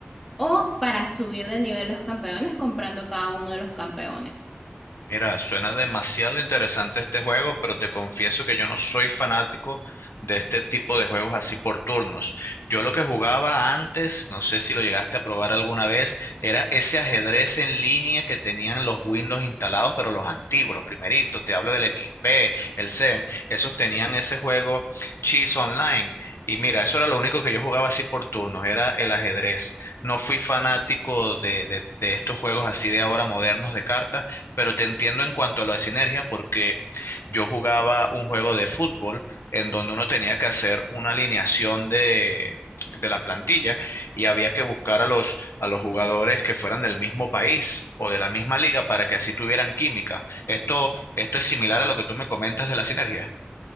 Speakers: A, in the centre; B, on the left.
A: o para subir de nivel los campeones comprando cada uno de los campeones.
B: Mira, suena demasiado interesante este juego, pero te confieso que yo no soy fanático de este tipo de juegos así por turnos. Yo lo que jugaba antes, no sé si lo llegaste a probar alguna vez, era ese ajedrez en línea que tenían los Windows instalados, pero los antiguos, los primeritos, te hablo del XP, el CEN, esos tenían ese juego Chess Online. Y mira, eso era lo único que yo jugaba así por turnos, era el ajedrez. No fui fanático de, de de estos juegos así de ahora modernos de cartas pero te entiendo en cuanto a lo de sinergia, porque yo jugaba un juego de fútbol en donde uno tenía que hacer una alineación de, de la plantilla y había que buscar a los, a los jugadores que fueran del mismo país o de la misma liga para que así tuvieran química. Esto, esto es similar a lo que tú me comentas de la sinergia.